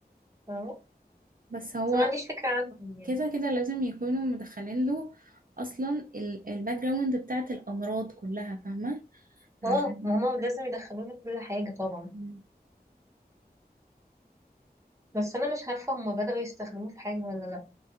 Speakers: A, on the right (about 20°); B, on the right (about 55°).
A: فاهمة؟
B: بس هو
A: بس ما عنديش فكرة عنهم يعني
B: كده كده لازم يكونوا مدخلين له اصلا الباك جراوند بتاعت الامراض كلها فاهمة عشان
A: اه ما هما لازم يدخلوه في كل حاجة طبعا
B: مم.
A: بس أنا مش عارفة هما بدأوا يستخدموه في حاجة ولا لأ